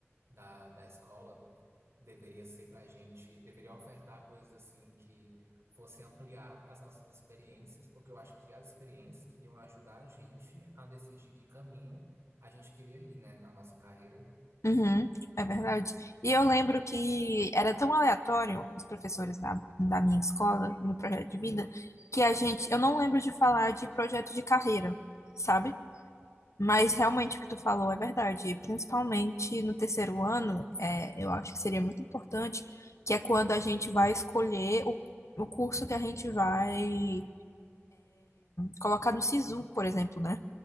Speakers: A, on the right (about 65°); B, on the left (about 85°).
A: da, da escola deveria ser para a gente, deveria ofertar coisas assim que fossem ampliar as nossas experiências, porque eu acho que as experiências queriam ajudar a gente a decidir que caminho a gente queria ir, né, na nossa carreira.
B: Uhum, é verdade. E eu lembro que era tão aleatório os professores da, da minha escola, no projeto de vida, que a gente. Eu não lembro de falar de projeto de carreira, sabe? Mas realmente o que tu falou é verdade. E Principalmente no terceiro ano, é, eu acho que seria muito importante, que é quando a gente vai escolher o, o curso que a gente vai colocar no SISU, por exemplo, né?